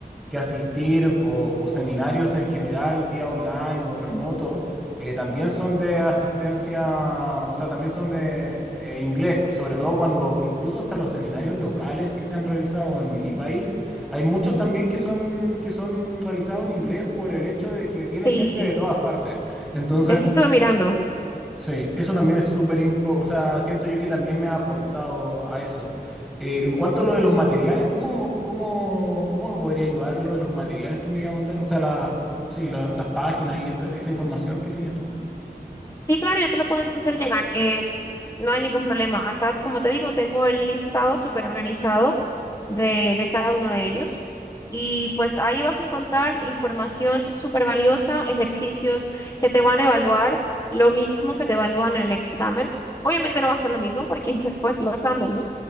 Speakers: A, in the centre; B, on the left.
A: que asistir o, o seminarios en general, vía online o remoto,
B: ujú,
A: eh, también son de asistencia, o sea, también son de eh, inglés y sobre todo cuando incluso hasta los seminarios locales que se han realizado en mi país hay muchos también que son, que son realizados en inglés por el hecho de que viene
B: Sí,
A: gente de todas partes. Entonces,
B: eso estuve mirando.
A: sí, eso también es súper importante. O sea, siento yo que también me ha aportado a eso. Eh, en cuanto a lo de los materiales, ¿cómo, cómo, cómo me podría ayudar lo de los materiales que me iba a mandar? O sea, la, sí, la- las páginas y esa, esa información que tienes tú.
B: Sí, claro, yo te lo puedo hacer llegar. eh, no hay ningún problema. Acá, como te digo, tengo el listado súper organizado de, de cada uno de ellos. Y pues ahí vas a encontrar información súper valiosa, ejercicios que te van a evaluar, lo mismo que te evalúan en el examen. Obviamente no va a ser lo mismo porque <laughs> pues lo cambian, ¿no?